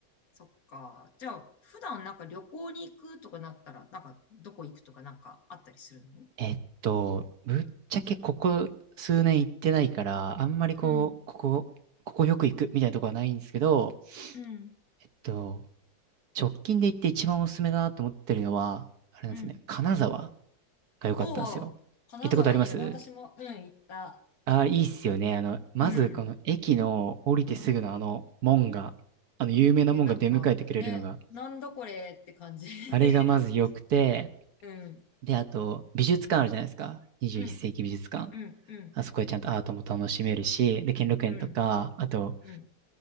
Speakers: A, on the left; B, on the right.
A: そっか。じゃあ、普段なんか旅行に行くとかなったら、なんかどこ行くとかなんかあったりするの
B: えっと、ぶっちゃけここ数年行ってないから、あんまりこう、
A: うん、
B: ここ、ここよく行くみたいなとこはないんですけど、
A: うん、
B: えっと、直近で行って一番おすすめだなと思ってるのは、あれなんですよね、
A: うん。
B: 金沢が良かったんですよ。
A: おお、金沢いいよね。
B: 行ったことあります
A: 私も、うん、行った。
B: ああー、いいっすよね。あの、まずこの駅の降りてすぐのあの門が、
A: うん、
B: あの有名な門が出迎えてくれるのが、
A: ね、なんか、ね、なんだこれって感じで。
B: あれがまず良くて、
A: <laughs> うん、
B: で、あと、美術館あるじゃないですか。21世紀美術館。
A: うん、うん、うん、
B: あそこでちゃんとアートも楽しめるし、で、兼六園とか、
A: うん、
B: あと、
A: うん、